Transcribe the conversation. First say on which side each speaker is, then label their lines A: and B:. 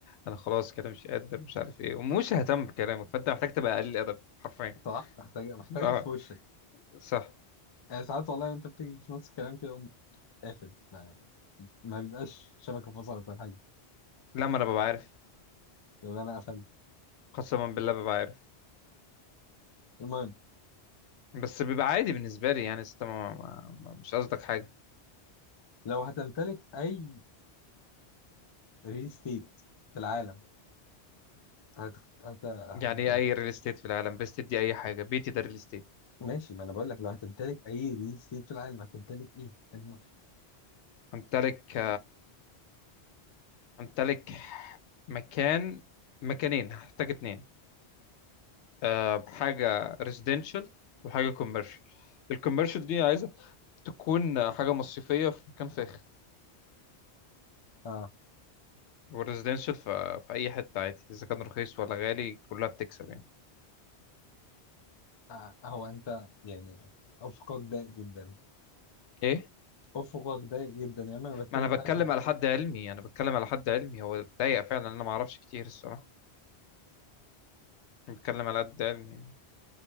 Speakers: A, on the left (about 85°); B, on the left (about 50°).
A: انا خلاص كده مش قادر مش عارف ايه ومش ههتم بكلامك فانت محتاج تبقى قليل ادب حرفيا
B: صح محتاجه محتاجه
A: اه
B: في وشك
A: صح
B: يعني ساعات والله انت بتيجي في نص الكلام كده اقوم قافل ما ما بيبقاش شبكه فصلت ولا حاجه
A: لما انا ببقى عارف
B: بيبقى انا قفلت
A: قسما بالله ببقى عارف
B: المهم
A: بس بيبقى عادي بالنسبه لي يعني ست- ما ما ما- مش قصدك حاجه
B: لو هتمتلك اي ريل استيت في العالم هت... هت...
A: يعني
B: هت...
A: ايه اي ريل استيت في العالم ريل استيت دي اي حاجه بيتي ده ريل استيت
B: ماشي ما انا بقول لك لو هتمتلك اي ريل استيت في العالم هتمتلك ايه؟ الم-
A: همتلك امتلك مكان مكانين هحتاج اتنين أه حاجة ريزيدنشال وحاجة كوميرشال الكوميرشال دي عايزة تكون حاجة مصيفية في مكان فاخر
B: آه.
A: والريزيدنشال في, في أي حتة عادي إذا كان رخيص ولا غالي كلها بتكسب يعني
B: آه. هو انت يعني افقك ضيق جدا
A: إيه؟
B: افقك ضيق جدا يا اما انا بتكلم
A: ما أنا
B: في
A: بتكلم
B: حاجه تانية.
A: على حد علمي أنا بتكلم على حد علمي هو ضيق فعلا أنا ما أعرفش كتير الصراحة أنا بتكلم على قد علمي يعني.